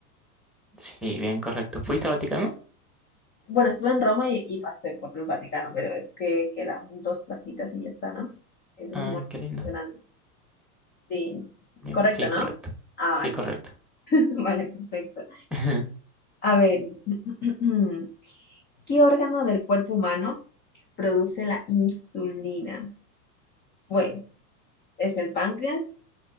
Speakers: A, in the centre; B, on the left.
A: Sí, bien, correcto. ¿Fuiste al Vaticano?
B: Bueno, estuve en Roma y, y pasé por el Vaticano, pero es que quedan dos placitas y ya está, ¿no? Entonces,
A: Ah,
B: Mónaco
A: qué lindo.
B: es más grande. Sí,
A: Bien,
B: correcto,
A: sí, correcto.
B: ¿no? Ah,
A: Sí, correcto.
B: vale, <laughs> vale, perfecto.
A: <laughs>
B: A ver, <clears throat> ¿qué órgano del cuerpo humano? produce la insulina? Bueno, ¿es el páncreas,